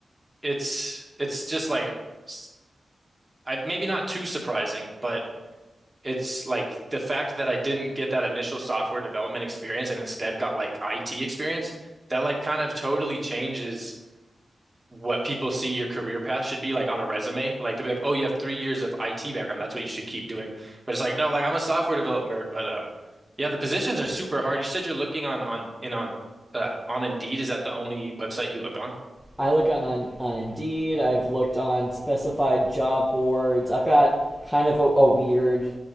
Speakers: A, on the right (about 15°); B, in the centre.
A: it's it's just like s- I maybe not too surprising, but it's like the fact that I didn't get that initial software development experience and instead got like IT experience, that like kind of totally changes what people see your career path should be like on a resume. Like they'll be like, oh, you have three years of IT background. That's what you should keep doing. But it's like, no, like I'm a software developer. But um, yeah, the positions are super hard. You said you're looking on on in on uh, on Indeed. Is that the only website you look on?
B: I look on, on on Indeed, I've looked on specified job boards. I've got kind of a, a weird